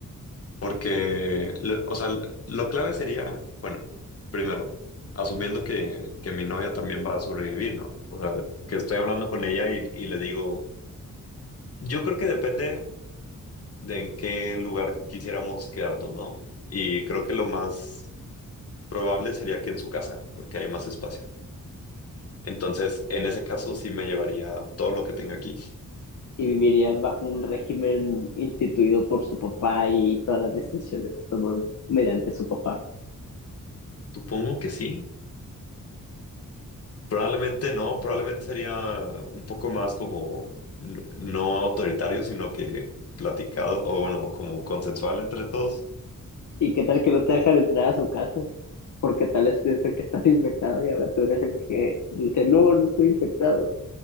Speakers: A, on the left (about 45°); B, on the left (about 60°).
A: porque, lo- o sea, lo clave sería, bueno, primero, asumiendo que, que mi novia también va a sobrevivir, ¿no? O sea, que estoy hablando con ella y, y le digo, yo creo que depende de en qué lugar quisiéramos quedarnos, ¿no? Y creo que lo más Probable sería que en su casa, porque hay más espacio. Entonces, en ese caso sí me llevaría todo lo que tenga aquí.
B: y vivirías bajo un régimen instituido por su papá y todas las decisiones que toman mediante su papá?
A: Supongo que sí. Probablemente no, probablemente sería un poco más como n- no autoritario, sino que platicado o bueno, como consensual entre todos.
B: ¿Y qué tal que no te dejan entrar a su casa? Porque tal vez piensan que estás infectado y ahora tú eres el que dice, no, no estoy infectado.